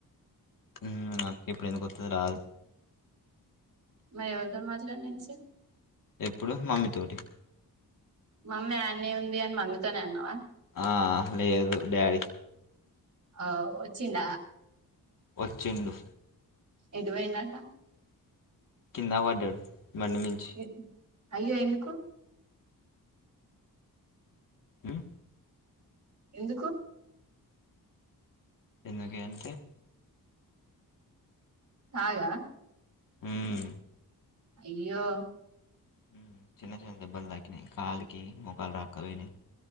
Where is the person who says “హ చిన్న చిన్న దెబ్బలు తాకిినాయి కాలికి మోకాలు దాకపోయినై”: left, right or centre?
Left